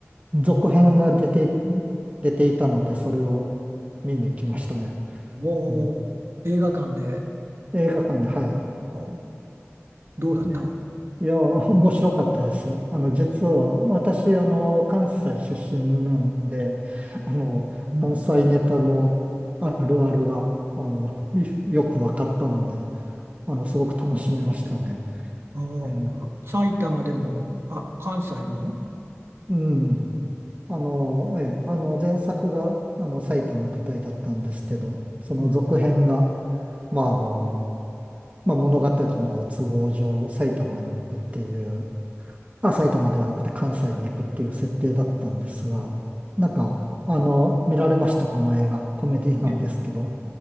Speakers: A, on the right (about 30°); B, on the right (about 60°).
A: 続編が出て、出ていたので、それを見に来ましたね。
B: おう、
A: うん、
B: 映画館で、
A: 映画館で、はい。
B: あ、どうだった
A: ええいや、面白かったですよ。あの、実は、私、あの、関西出身なんで、あの、
B: うん。
A: 関西ネタのあるあるが、あの、<laughs> いよく分かったので、あの、すごく楽しめましたね。
B: あ、
A: ええ
B: あの埼玉でも、あ、関西の
A: うん。あの、ええ、あの、前作が、あの、埼玉舞台だったんですけど、その続編が、
B: うん。
A: まあ、あの、まあ、物語の都合上、埼玉に行くっていう、まあ、埼玉ではなくて関西に行くっていう設定だったんですが、なんか、あの、見られました、この映画。コメディなんですけど。
B: え、